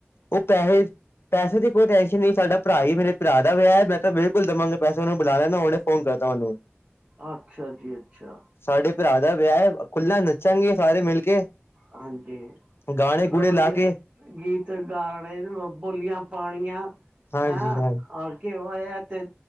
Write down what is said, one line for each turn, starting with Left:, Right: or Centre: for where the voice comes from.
Left: ਉਹ ਪੈਹੇ ਪੈਸੇ ਦੀ ਕੋਈ ਟੈਨਸ਼ਨ ਨਈ, ਸਾਡਾ ਪਰਾ ਈ, ਮੇਰੇ ਪਰਾ ਦਾ ਵਯਾ ਏ, ਮੈਂ ਤਾਂ ਬਿਲਕੁਲ ਦਵਾਂਗਾ ਪੈਸੇ, ਉਹਨੂੰ ਬੁਲਾ ਲੈਂਨਾ, ਹੁਣੇ ਫੋਨ ਕਰਦਾ ਉਹਨੂੰ। <inaudible>
Right: ਆਛਾ ਜੀ, ਅੱਛਾ।
Left: ਸਾਡੇ ਪਰਾ ਦਾ ਵੇਯਾ ਏ। ਖੁੱਲਾ ਨੱਚਾਂਗੇ ਸਾਰੇ ਮਿਲ ਕੇ,
Right: ਹਾਂਜੀ
Left: ਗਾਣੇ ਗੂਣੇ
Right: ਗੋਲੀਆਂ
Left: ਲਾ ਕੇ।
Right: ਗੀਤ ਗਾਣੇ, ਬੋਲੀਆਂ ਪਾਣੀਆਂ,
Left: ਹਾਂਜੀ
Right: ਹੈਂ
Left: ਹਾਂ
Right: ਅ ਕਿਔ ਆਯਾ ਏਹ ਤੇ